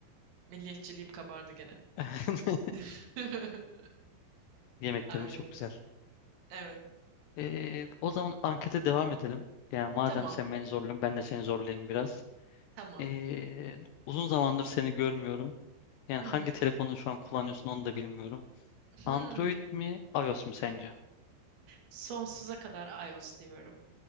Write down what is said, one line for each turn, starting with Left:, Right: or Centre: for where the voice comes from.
Right: Milliyetçiliğim kabardı gene.
Left: <laughs>
Right: <laughs>
Left: Yemeklerimiz
Right: Ay,
Left: çok güzel.
Right: evet.
Left: Ee, o zaman ankete devam edelim. Yani madem
Right: Tamam.
Left: sen beni zorluyorsun ben de seni zorlayayım biraz.
Right: Tamam.
Left: Ee, uzun zamandır seni görmüyorum. Yani
Right: Hı
Left: hangi
Right: hı.
Left: telefonu şu an kullanıyorsun onu da bilmiyorum.
Right: Hmm.
Left: Android mi iOS mu sence?
Right: Sonsuza kadar iOS diyorum.